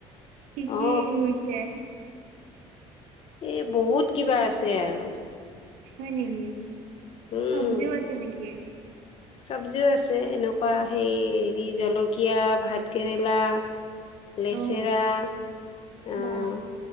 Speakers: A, on the right; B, on the left.
A: কি
B: অ
A: কি ৰুইছে?
B: এ বহুত কিবা আছে আৰু।
A: হয় নেকি,
B: উম
A: চবজিও আছে নেকি?
B: চব্জিও আছে এনেকুৱা সেই হেৰি জলকীয়া, ভাতকেৰেলা। লেচেৰা
A: অ',
B: আহ
A: বা